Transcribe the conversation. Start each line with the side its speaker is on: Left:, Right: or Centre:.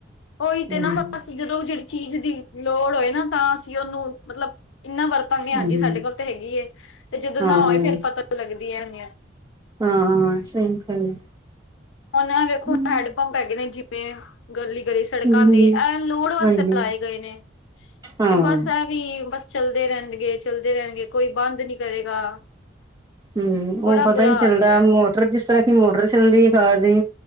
Left: ਉਹੀ
Right: ਹੂੰ,
Left: ਤੇ ਨਾ ਬਸ ਜਦੋਂ ਜਿਹੜੀ ਚੀਜ਼ ਦੀ ਲੋੜ ਹੋਏ ਨਾ ਤਾਂ ਅਸੀਂ ਉਹਨੂੰ ਮਤਲਬ ਇੰਨਾ ਵਰਤ ਤਾ ਮੈਂ
Right: ਹੂੰ,
Left: ਹਾਂਜੀ ਸਾਡੇ ਕੋਲ ਤਾਂ ਹੈਗੀ ਏ। ਜਦੋਂ
Right: ਹਾਂ-ਹਾਂ,
Left: ਨਾ ਹੋਏ ਫੇਰ ਪਤਾ ਲੱਗਦੀ ਹੈ ਅਹਮੀਅਤ।
Right: ਹਾਂ- ਹਾਂ। ਸਹੀ ਗੱਲ
Left: ਹੁਨ ਐ ਵੇਖੋ
Right: ਹੈ।
Left: ਹੈਂਡ ਪੰਪ ਹੈਗੇ ਨੇ ਜਿਵੇਂ -ਗਲੀ- ਗਲੀ ਚ। ਸੜਕਾਂ
Right: ਹੂੰ-ਹੂੰ,
Left: ਤੇ, ਐ ਲੋੜ ਵਾਸਤੇ
Right: ਹਾਂਜੀ।
Left: ਲਗਾਏ ਗਏ ਨੇ
Right: ਹਾਂ,
Left: ਤੇ ਬਸ ਐ ਵੀ ਬਸ ਚੱਲਦੇ ਰਹਿਣਗੇ, ਚੱਲਦੇ ਰਹਿਣਗੇ, ਕੋਈ ਬੰਦ ਨੀ ਕਰੇਗਾ।
Right: ਹੂ,
Left: ਬੜਾ
Right: ਉਹ ਪਤਾ
Left: ਬੁਰਾ
Right: ਨ
Left: ਹਾਲ
Right: ਚੱਲਦਾ
Left: ਹੈਗਾ
Right: ਮੋਟਰ ਜਿਸ ਤਰ੍ਹਾਂ ਕਿ ਮੋਟਰ ਚੱਲਦੀ ਘਰ ਦੀ।